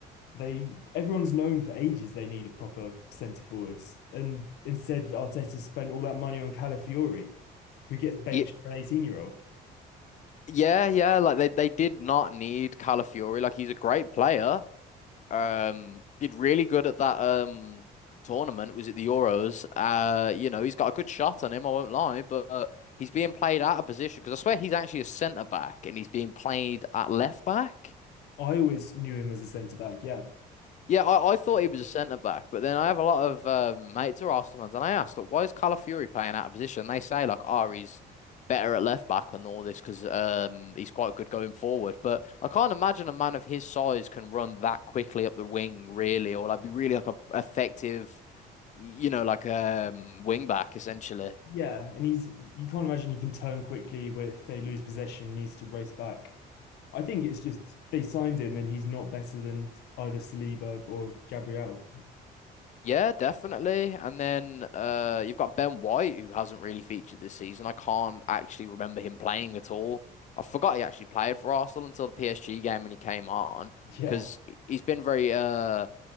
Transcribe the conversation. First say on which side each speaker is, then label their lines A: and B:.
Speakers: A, on the left; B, on the left.
A: They, everyone's known for ages they needed proper centre forwards, and instead Arteta spent all that money on Calafiori, who gets benched
B: Ye-
A: for an 18 year old.
B: Yeah, yeah, like they, they did not need Calafiori. Like he's a great player. Um, did really good at that um tournament. Was it the Euros? Uh, you know, he's got a good shot on him, I won't lie, but uh, he's being played out of position because I swear he's actually a centre back and he's being played at left back.
A: I always knew him as a centre back. Yeah,
B: Yeah, I, I thought he was a centre back, but then I have a lot of um, mates who are Arsenal fans, and I asked, like, why is Calafuri playing out of position? They say, like, oh, he's better at left back and all this because um, he's quite good going forward. But I can't imagine a man of his size can run that quickly up the wing, really, or like be really like a effective, you know, like um, wing back essentially.
A: yeah, and he's you can't imagine he can turn quickly where if they lose possession, he needs to race back. I think it's just they signed him and he's not better than either Saliba or Gabriel.
B: Yeah, definitely. And then uh, you've got Ben White, who hasn't really featured this season. I can't actually remember him playing at all. I forgot he actually played for Arsenal until the PSG game when he came on,
A: Yeah,
B: because he's been very, uh,